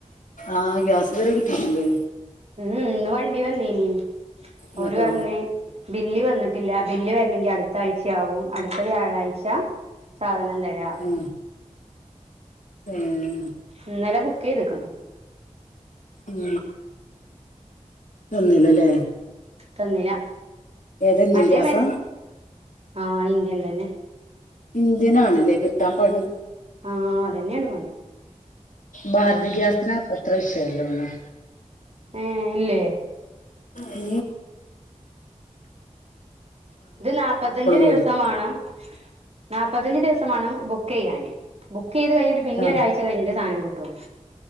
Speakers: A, on the left; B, on the right.
A: ആഹ് ഗ്യാസ് ഇത് വരെ കിട്ടീട്ടില്ലേ
B: ഉം ഇന്ന് വണ്ടി വന്നേനി
A: എന്നിട്ടോ
B: ഓര് പറഞ് ബില്ല് വന്നിട്ടില്ല ബില്ല് വരണമെങ്കിൽ അടുത്ത ആഴ്ചയാവും അടുത്ത വ്യാഴാഴ്ച സാധനം തരാ
A: ഉം ഉം
B: ഇന്നലെ ബുക്ക് ചെയ്ത്ക്ക്ണ്‌
A: ഉം തന്നില്ലല്ലേ
B: തന്നില്ല
A: ഏതാ ഇന്ത്യൻ
B: മറ്റേ
A: ഗ്യാസാ
B: മേസ് ആഹ ഇന്ത്യൻ തന്നെ
A: ഇന്ത്യൻ ആണല്ലേ കിട്ടാൻ പണി
B: ആഹ അതന്നെയാണ് പണി
A: ഭാരത് ഗ്യാസിന് അത്ര വിഷയമല്ലൊന്നും
B: ആഹ് ഇല്ലേ?
A: ഏ
B: ഇത് നാല്പ്പത്തഞ്ച് ദിവസം
A: വരും
B: വേണം നാല്പ്പത്തഞ്ച് ദിവസമാണ് ബുക്ക് ചെയ്യാന് ബുക്ക് ചെയ്ത് കഴിഞ്ഞിട്ട് പിന്നെ
A: ആഹ്
B: ഒരാഴ്ച ച കഴിഞ്ഞിട്ടെ സാധം കിട്ടുള്ളൂ